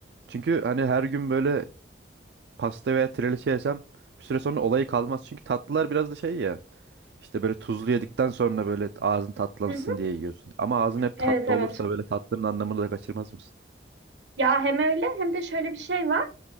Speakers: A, on the right; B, on the right.
A: Çünkü hani her gün böyle pasta veya trileçe yesem bir süre sonra olayı kalmaz. Çünkü tatlılar biraz da şey ya. İşte böyle tuzlu yedikten sonra böyle ağzın tatlansın
B: Hı hı.
A: diye yiyorsun. Ama ağzın hep
B: Evet
A: tatlı
B: evet.
A: olursa böyle tatlının anlamını da kaçırmaz mısın?
B: Ya hem öyle hem de şöyle bir şey var.